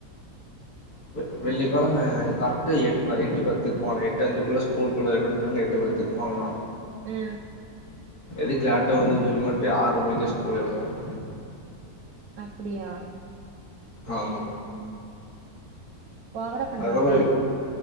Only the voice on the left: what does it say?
ப வெள்ளிக்கழம கரக்ட்டா எட்டு ப எட்டு பத்துக் போனே எட்டு அஞ்சுக்குள்ள ஸ்கூல்க்குள்ள இருக்கனு சொன்னாங்க எட்டு பத்துக் பாக்கலா
எதுக்கு லேட்டா வந்தன் சொல்லிப்போட்டு ஆற்ர மணிக்கு தா ஸ்கூலேவுட்டாங்க
ஆமா
அதுக்கப்றோ